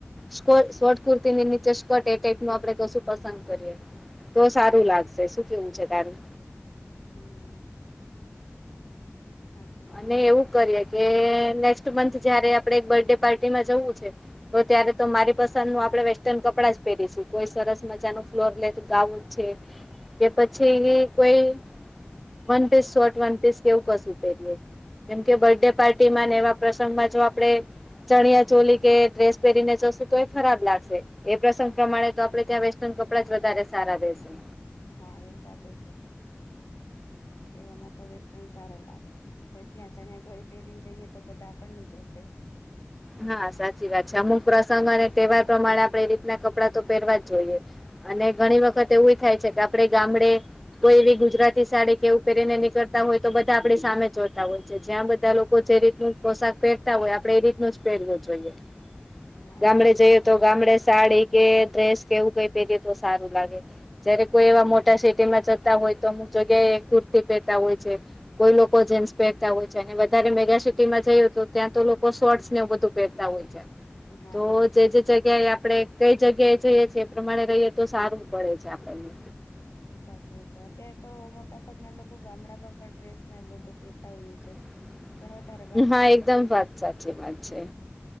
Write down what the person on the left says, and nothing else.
હમ સાચ્છા
હા એ સાચું છે એવામાં તો વેસ્ટન સારા લાગે ત્યાં ચણિયા ચોરી પહેરીને જઈએ તો બધા આપણને જોશે
હા
એ વાત
સાચી
છે.
હા
એ વાત
સાચી
સાચી વાત છે અત્યારે તો મોટા ભાગના લોકો ગામડામાં પણ ડ્રેસ ને બધું પહેરતા હોઈએ છે
પણ વધતારે